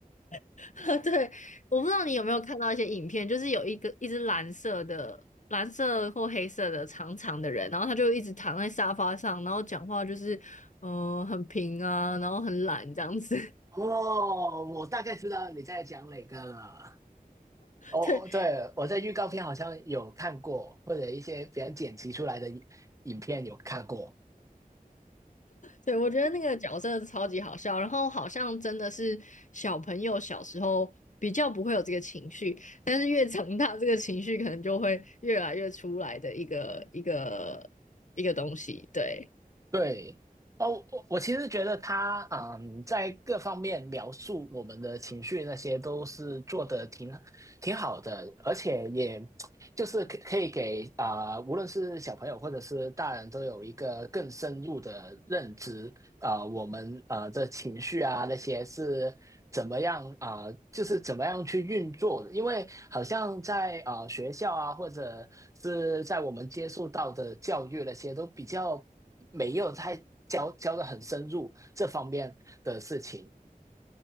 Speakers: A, on the left (about 55°); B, on the right (about 20°).
A: <laughs> 对，我不知道你有没有看到一些影片，就是有一个一只蓝色的、蓝色或黑色的长长的人，然后他就一直躺在沙发上，然后讲话就是嗯、呃很平啊，然后很懒这样子。
B: 哦，我大概知道你在讲哪个了。哦，
A: 对
B: 对，我在预告片好像有看过，或者一些别人剪辑出来的影片有看过。
A: 对，我觉得那个角色超级好笑，然后好像真的是小朋友小时候比较不会有这个情绪，但是越长大，这个情绪可能就会越来越出来的一个一个一个东西。对，
B: 对，哦，我我其实觉得他嗯，在各方面描述我们的情绪那些都是做的挺挺好的，而且也就是可可以给啊、呃无论是小朋友或者是大人都有一个更深入的认知啊、呃我们啊这情绪啊那些是怎么样啊、呃就是怎么样去运作的？因为好像在啊、呃学校啊，或者是在我们接触到的教育那些，都比较没有太教教的很深入这方面的事情。